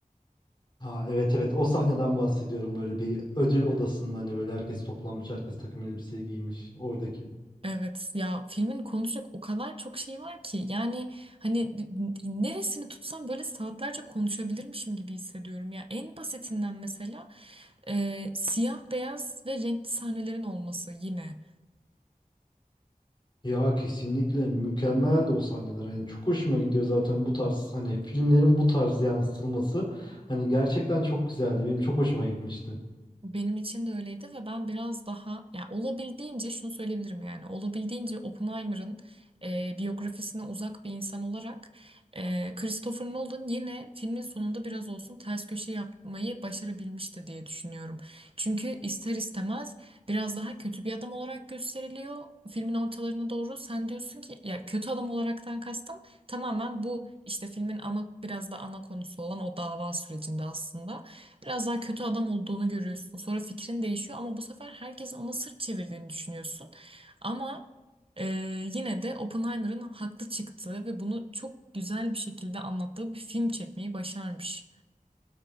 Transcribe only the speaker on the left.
Ha evet evet o sahneden bahsediyorum böyle bir ödül odasında hani böyle herkes toplanmış herkes takım elbiseyi giymiş oradaki.
Ya kesinlikle mükemmeldi o sahneler hani çok hoşuma gidiyor zaten bu tarz hani filmlerin bu tarz yansıtılması hani gerçekten çok güzeldi benim çok hoşuma gitmişti.